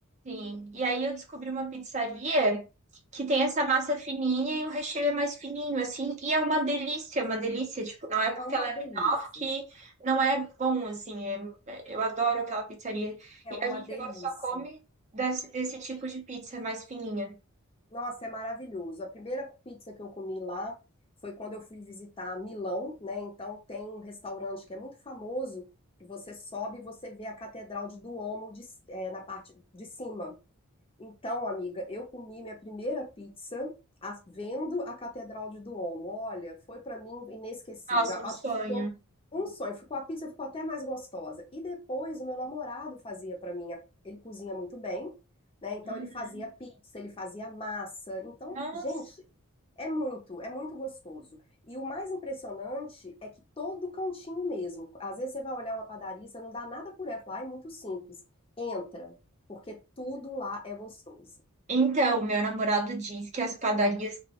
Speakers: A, on the right; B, on the left.
A: Sim. E aí eu descobri uma pizzaria que tem essa massa fininha e o recheio é mais fininho, assim, e é uma delícia, é uma delícia, tipo, não é porque
B: é uma
A: ela é
B: delícia.
A: que não é bom, assim, é- é- eu adoro aquela pizzaria.
B: É
A: E
B: uma
A: a gente
B: delícia.
A: agora só come desse, desse tipo de pizza mais fininha.
B: Nossa, é maravilhoso. A primeira pizza que eu comi lá foi quando eu fui visitar Milão, né? Então tem um restaurante que é muito famoso, que você sobe e você vê a Catedral de Duomo de c- eh, na parte de cima. Então, amiga, eu comi minha primeira pizza as- vendo a Catedral de Duomo. Olha, foi para mim inesquecível.
A: Nossa, um
B: Acho
A: sonho.
B: que ficou um sonho. Ficou a pizza ficou até mais gostosa. E depois o meu namorado fazia para mim. a- Ele cozinha muito bem, né? Então
A: Uhum.
B: ele fazia pizza, ele fazia massa. Então,
A: Nossa.
B: gente, é muito, é muito gostoso. E o mais impressionante é que todo cantinho mesmo. Às vezes você vai olhar uma padaria, você não dá nada por ela, fala, "Ai, muito simples. Entra porque tudo lá é gostoso.
A: Então, meu namorado diz que as padarias